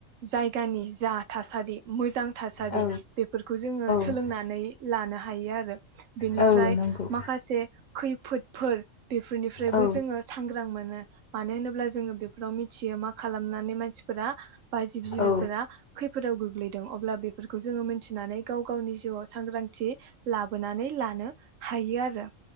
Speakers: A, on the right; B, on the left.
A: जायगानि जा थासारि मोजां। थासारि
B: औ
A: बेफोरखौ जोङो सोलोंनानै
B: औ
A: लानो हायो आरो। बेनिफ्राय
B: औ नंगौ
A: माखासे खै फोटफोर बेफोरनिफ्रायबो
B: औ
A: जोङो सांग्रां मोनो मानो होनोब्ला जोङो बेफोराव मिथियो मा खालामनानै मानसिफोरा बा जिब जिबिफोरा
B: औ
A: खै फोराव गोग्लैदों अब्ला बे फोरखौ जोङो मोनथिनानै गाव गावनि जिउआव सांग्रांथि लाबोनानै लानो हायो आरो